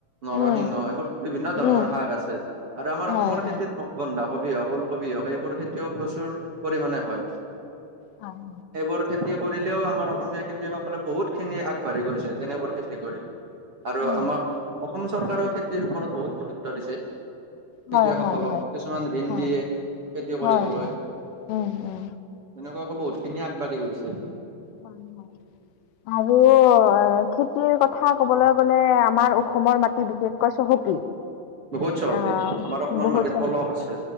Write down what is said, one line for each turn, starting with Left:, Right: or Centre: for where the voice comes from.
Right: নৰসিংহ
Left: উম
Right: এইবোৰ বিভিন্ন
Left: উম
Right: ধৰণৰ শাক আছে আৰু আমাৰ
Left: হয়
Right: অসমৰ
Left: হয়
Right: খেতিত বন্ধাকবি হওক, ওলকবি হওক, এইবোৰ খেতিও প্ৰচুৰ পৰিমাণে হয়।
Left: হয়
Right: সেইবোৰ খেতি কৰিলেও আমাৰ অসমীয়া খেতিয়সকলে বহুতখিনি আগ বাঢ়ি গৈছে তেনেবোৰ খেতি কৰি আৰু
Left: উম
Right: আমাক অসম চৰকাৰেও খেতিৰ ওপৰত বহুত গুৰুত্ব দিছে। খেতিয়কসকলক
Left: হয় হয় হয়
Right: কিছুমান ঋণ
Left: হয়
Right: দিয়ে খেতি কৰিবলৈ।
Left: হয় হয় উম উম
Right: তেনেকুৱাকে বহুতখিনি আগবাঢ়ি গৈছে।
Left: হয় আৰু খেত মাটিৰ কথা কবলৈ গ'লে আমাৰ অসমৰ মাটি বিশেষকৈ চহকী।
Right: বহুত চহকী
Left: আহ,
Right: আমাৰ অসমৰ
Left: বহুত
Right: মাটিত
Left: চহকী।
Right: পলস আছে